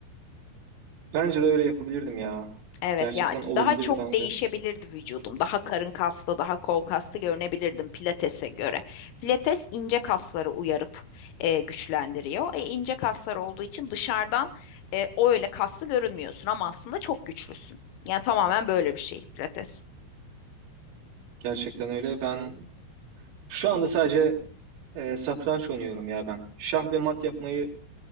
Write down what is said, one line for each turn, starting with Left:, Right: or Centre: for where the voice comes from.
Right: Bence de öyle yapabilirdim ya.
Left: Evet
Right: Gerçekten
Left: ya
Right: olabilirdi
Left: daha çok
Right: bence.
Left: değişebilirdi vücudum. Daha karın kaslı, daha kol kaslı görünebilirdim pilatese göre. Pilates ince kasları uyarıp e, güçlendiriyor. E, ince kaslar olduğu için dışarıdan e, öyle kaslı görünmüyorsun ama aslında çok güçlüsün. Yani tamamen böyle bir şey pilates.
Right: Gerçekten öyle. Ben şu anda sadece e, satranç oynuyorum ya ben. Şah ve mat yapmayı